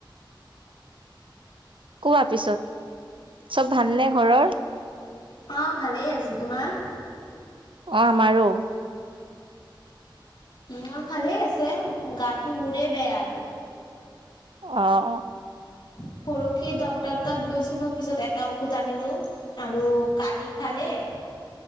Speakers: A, on the right; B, on the left.
A: কোৱা পিছত চব ভালনে ঘৰৰ?
B: অ ভালেই আছে তোমাৰ
A: অ', আমাৰো।
B: ইিহৰ ভালেই আছে গাটো মোৰে বেয়া আৰু।
A: অ',
B: <inaudible> পৰশি ডকটৰ তাত গৈছিলো পিছত এটা ঔষুধ আনিলো আৰু কালি খালে <inaudible>